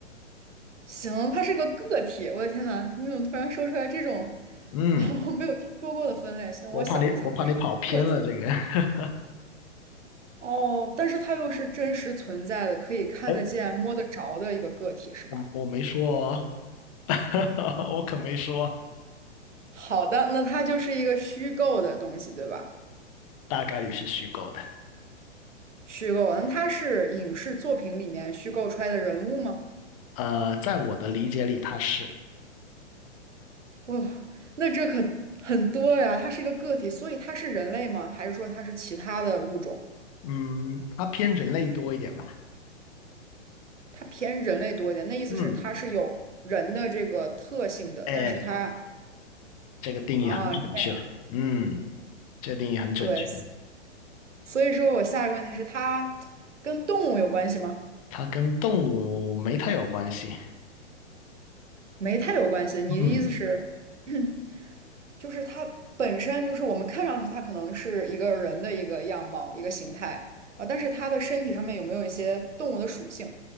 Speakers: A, on the right (about 80°); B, on the left (about 30°).
A: 行，它是个个体。我的天呐，你怎么突然说出来这种
B: 嗯。
A: <laughs> 我没有听说过的分类？行，
B: 我怕你，
A: 我想一下，
B: 我怕你跑偏了这个。
A: 它是一个个体。
B: <laughs>
A: 哦，但是它又是真实存在的，可以看得见、
B: 哎，
A: 摸得着的一个个体，是吧？
B: 我我没说哦，<laughs> 我可没说，
A: 好的，那它就是一个虚构的东西，对吧？
B: 大概率是虚构的。
A: 虚构，那它是影视作品里面虚构出来的人物吗？
B: 呃，在我的理解里，它是，
A: 哇，那这可很多呀！它是一个个体，所以它是人类吗？还是说它是其他的物种？
B: 嗯，它偏人类多一点吧。
A: 它偏人类多一点，那意思是它是有人的这个特性的，
B: 嗯，哎，
A: 但是它
B: 这个定义很准确。
A: 啊，这样
B: 嗯，这个定义很准确。
A: 对，所以说我下一个问题是它跟动物有关系吗？
B: 它跟动物没太有关系。
A: 没太有关系。你的意思是，
B: 嗯，
A: <clears throat> 就是它本身就是我们看上去它可能是一个人的一个样貌、一个形态，啊，但是它的身体上面有没有一些动物的属性？